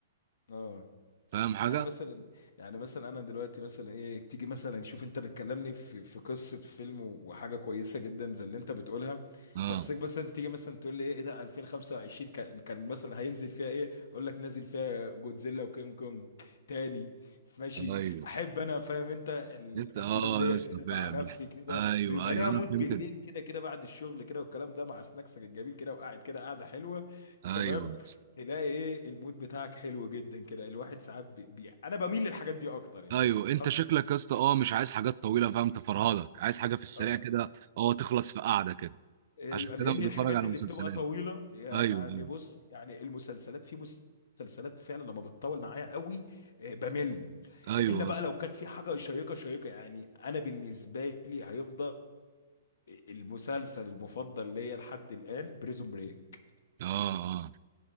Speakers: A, on the left; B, on the right.
A: اه
B: فاهم حاجه
A: يعني مثلا يعني مثلا انا دلوقتي مثلا ايه تيجي مثلا شوف انت بتكلمني في في قصه فيلم وحاجه كويسه جدا زي اللي انت بتقولها
B: اه
A: بس مثلا تيجي مثلا تقول لي ايه إيه ده 2025 كان كان مثلا هينزل فيها ايه اقول لك نازل فيها جودزيلا وكينج كونج تاني ماشي
B: ايوه
A: احب انا فاهم انت الافلام
B: انت اه
A: ديت
B: يا اسطى
A: كده مع
B: فاهم
A: نفسي كده
B: ايوه
A: بيبقى
B: ايوه
A: ليها
B: انا
A: مود
B: فهمت
A: بالليل كده كده بعد الشغل كده والكلام ده مع سناكسك الجميل كده وقاعد كده قاعده حلوه
B: ايوه
A: تمام
B: يا اسطى
A: تلاقي ايه المود بتاعك حلو جدا كده الواحد ساعات بي... بي... انا بميل للحاجات دي اكتر يعني
B: ايوه انت
A: رغ...
B: شكلك يا اسطى اه مش عايز حاجات طويله فاهم تفرهدك عايز حاجه في السريع
A: آه،
B: كده اه تخلص في قعده كده
A: أيوة،
B: عشان
A: لان
B: كده مش
A: الحاجات
B: بتفرج على
A: اللي
B: مسلسلات
A: بتبقى طويله يعني
B: ايوه ايوه
A: بص يعني المسلسلات في مسلسلات فعلا لما بتطول معايا قوي آه، بمل
B: ايوه
A: الا بقى
B: يا اسطى
A: لو كانت في حاجه شيقه شيقه يعني انا بالنسبه لي هيفضل المسلسل المفضل ليا لحد الان بريزون بريك
B: اه اه